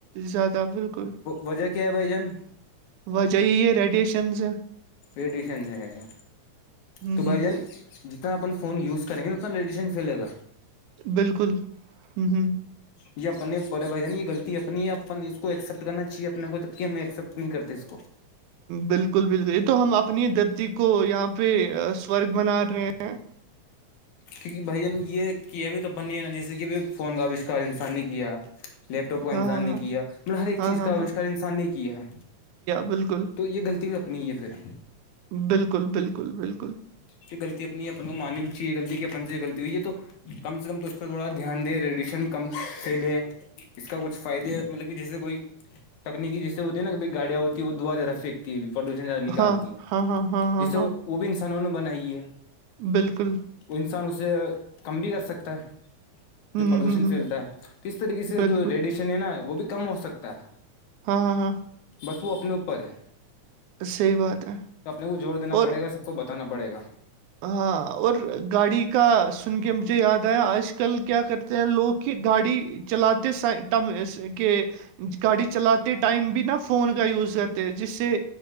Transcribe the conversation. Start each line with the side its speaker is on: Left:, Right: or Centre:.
Right: زیادہ بالکل
Left: وجہ کیا ہے بھائی جان
Right: وجاہ یہ ریڈیشنز
Left: رڈیشن سے ہے
Right: ہے
Left: تو بھائی جان جتنا اپن فون یوز کریں گےا اتنا ریڈیشن فھیلے گا
Right: بالکل ہ ہ
Left: جی اپنے پرے بھائی جانی یہ غطی اپنی ہے اپ ایکسیپٹ کرنا چاہیے اپنے کو تب کہ ہم ایکسیپٹ نہیں کرتے اس کو
Right: بالکل بالکل یہ تو ہم اپنی دھرتی کو یہاں پہ سرگ بنا رہے ہیں
Left: کیونکہ بھائی جان یہ کیا بھی تو بننے ہے نا جیسے کہ فون کا آوشکار انسان نے کیا لیپٹاپ کا
Right: ہاں
Left: انسان
Right: ہاں ہاں
Left: نے کیا مطلب ہر ایک
Right: ہاں
Left: چیز
Right: ہاں
Left: کا
Right: ہاں،
Left: اوشار انسان نے کیا ہے
Right: بالکل
Left: یہ لطیپ اپنی ہے پھر
Right: بالکل بالکل بالکل
Left: پھر غطی اپنی اپن کو منی بھی چاہے غلی کہ پن سے غلطی ہوئی ہے تو کم سے کم تو اس پہ تھوڑا دھیان دے ریڈیشن کم سے لے اس کا کچھ فائدے مطلب کہ جیسے کوئی تکنیکی جیسے ہوتی ہے نا کہئی گاڑیاں ہوتی ہے وہ دا جرف سے پردوشن زیادہ نکالتی
Right: ہاں
Left: ہے
Right: ہاں ہاں ہاں ہاں
Left: جسے
Right: ہاں
Left: وہ بھی انسانوں نے بنائی ہے
Right: بالکل
Left: وہ انسان اسے کم بھی کر سکتا ہے جو
Right: ہوں
Left: پردوشن
Right: ہوں ہوں
Left: پھیلتا
Right: ہوں،
Left: ہے تو اس طریقے سے
Right: بالکل
Left: جو ریڈیشن ہے نا وہ بھی کم ہو سکتا ہے
Right: ہاں ہاں ہاں
Left: بس وہ اپنے اوپر ہے
Right: صحیح بات ہے
Left: تو اپنے کو جوور دا
Right: اور
Left: پڑے گا سب کو بتاناڑے گا
Right: ہاں اور گاڑی کا سن کے مجھے یاد آیا آج کل کیا کرتے ہیں لوگ کی گاڑی چلاتے سٹم کے گاڑی چلاتے ٹائم بھی نا فون کا یوز کرتے ہیں جس سے